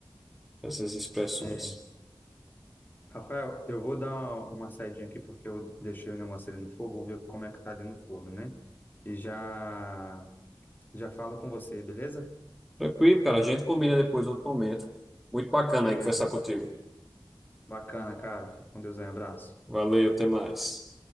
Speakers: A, in the centre; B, on the left.
A: essas expressões.
B: É. Rafael, eu vou dar uma saidinha aqui porque eu deixei o negócio ali no fogo, vou ver como é que tá ali no forno, né? E já Já falo com você, beleza?
A: Tranquilo, cara. A gente combina depois outro momento. Muito bacana
B: Beleza.
A: aí conversar contigo.
B: Bacana, cara. Fica com Deus aí. Um abraço.
A: Valeu, até mais.